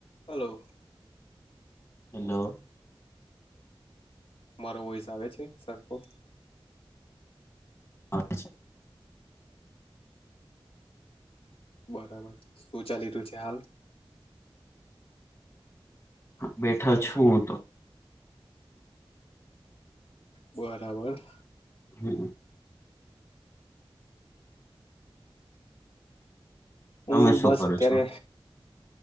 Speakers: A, on the left; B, on the left.
A: હાલો.
B: Hello.
A: મારો voice આવે છે સરખો.
B: આવે છે.
A: બરાબર શું ચાલી રહ્યું છે હાલ.
B: બેઠા છું હું તો,
A: બરાબર.
B: હમ. તમે
A: હું
B: શું
A: બસ
B: કરો
A: અત્યારે
B: છો?.